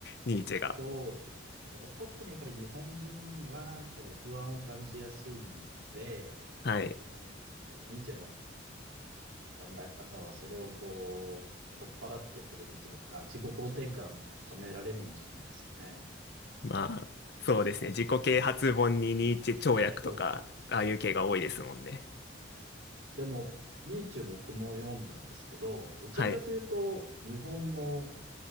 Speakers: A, on the left; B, on the right.
A: ニーチェが。
B: そうですね。でも特にやっぱり日本人は多分不安を感じやすいんで、
A: はい。
B: あの、やっぱニーチェの考え方はそれをこう、取っ払ってくれるというか、自己肯定感高められるんじゃないですかね。
A: まあ、そうですね。自己啓発本にニーチェ跳躍とか、
B: そう
A: ああいう系が多いですもんね。
B: でも、ニーチェ僕も読んだんですけど、どちらかというと、
A: はい。
B: 日本の、